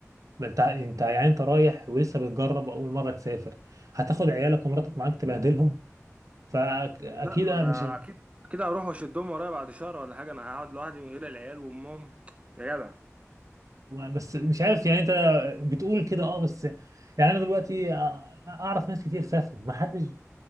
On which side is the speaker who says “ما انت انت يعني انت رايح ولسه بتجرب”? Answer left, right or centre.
Right